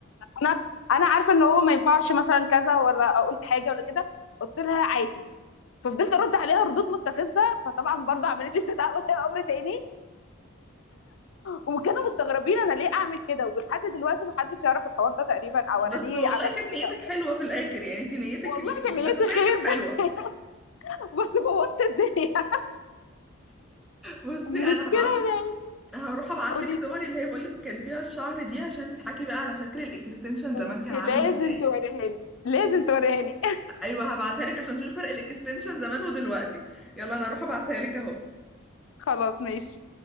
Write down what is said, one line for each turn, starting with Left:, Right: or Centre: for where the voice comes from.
Left: انا انا عارفه ان هو ما ينفعش مثلا كذا ولا اقول حاجه ولا كده قلت لها عادي ففضلت ارد عليها ردود مستفزه فطبعا برضه عملت لي استدعاء <laughs> ولي امر تاني وكانوا مستغربين انا ليه اعمل كده ولحد دلوقتي محدش يعرف الحوار ده تقريبا او
Centre: بس
Left: انا ليه
Centre: والله
Left: عملت
Centre: كانت نيتك
Left: كده او كده.
Centre: حلوه في الاخر يعني انت نيتك
Left: والله
Centre: ال-
Left: كان
Centre: الاساسيه
Left: نيتي خير
Centre: كانت
Left: بس
Centre: حلوه
Left: بس بوظت الدنيا
Centre: بصي
Left: مش
Centre: انا هبعتلك
Left: كده يعني؟
Centre: هروح ابعتلك
Left: قولي
Centre: صوري اللي هي بقولك كان فيها الشعر دي عشان تضحكي بقى على شكل الاكستنشن زمان
Left: انت
Centre: كان عامل
Left: لازم
Centre: ازاي
Left: توريهاني لازم توريهاني
Centre: ايوه هبعتها لك عشان تشوفي فرق الاكستنشن زمان ودلوقتي يلا انا هروح ابعتها لك اهو
Left: <laughs> خلاص ماشي